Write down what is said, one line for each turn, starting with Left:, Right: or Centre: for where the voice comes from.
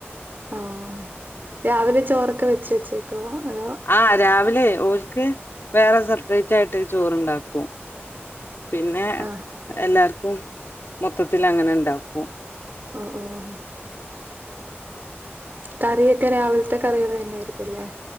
Right: ഓ രാവിലെ ചോറൊക്കെ വെച്ച് വെച്ചേക്കോ അതോ
Left: ആഹ് രാവിലെ ഓൽക്ക് വേറെ സെപ്പറേറ്റായ്ട്ട് ഒര് ചോറ്ണ്ടാക്കും. പിന്നെ
Right: ആഹ്
Left: എല്ലാർക്കും മൊത്തത്തിലങ്ങനെ ണ്ടാക്കും.
Right: ആ ആഹ് കറിയെക്കെ രാവിലത്തെ കറികളെന്നായിരിക്കുല്ലേ